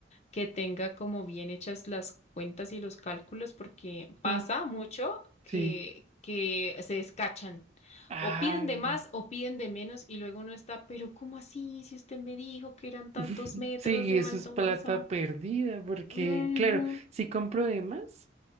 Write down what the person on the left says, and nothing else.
que tenga como bien hechas las cuentas y los cálculos, porque pasa
mucho que,
que se descachan.
O piden de más o piden de menos y luego uno está, pero ¿cómo así? Si usted me dijo que eran tantos
metros
de
baldosa.
Ujú.